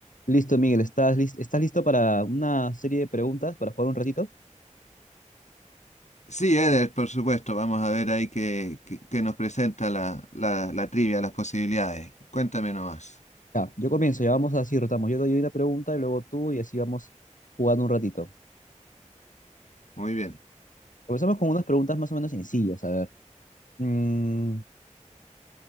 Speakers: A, on the left (about 85°); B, on the left (about 65°).
A: Listo, Miguel, ¿estás, lis- estás listo para una serie de preguntas para jugar un ratito?
B: Sí, Eder, por supuesto. Vamos a ver ahí qué, qué- qué nos presenta la, la, la trivia, las posibilidades. Cuéntame nomás.
A: Ya, yo comienzo, ya vamos así, rotamos. Yo doy una pregunta y luego tú y así vamos jugando un ratito.
B: Muy bien.
A: Comenzamos con unas preguntas más o menos sencillas. A ver, mm,